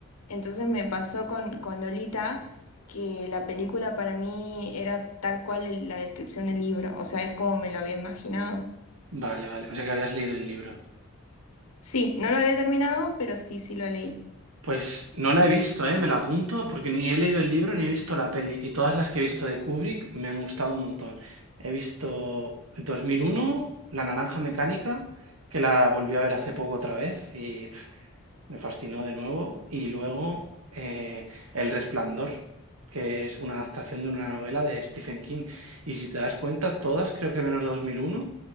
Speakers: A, on the left (about 85°); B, on the right (about 75°).
A: Entonces me pasó con, con Lolita que la película para mí era tal cual el- la descripción del libro. O sea, es como me lo había imaginado.
B: vale, vale. O sea que habías leído el libro.
A: Sí, no lo había terminado, pero sí, sí lo leí.
B: Pues no la he visto, ¿eh? Me la apunto porque ni he leído el libro ni he visto la peli. Y todas las que he visto de Kubrick me han gustado un montón. He visto 2001, La Naranja Mecánica, que la volví a ver hace poco otra vez y pf, me fascinó de nuevo. Y luego eh, El Resplandor, que es una adaptación de una novela de Stephen King. Y si te das cuenta, todas, creo que menos 2001,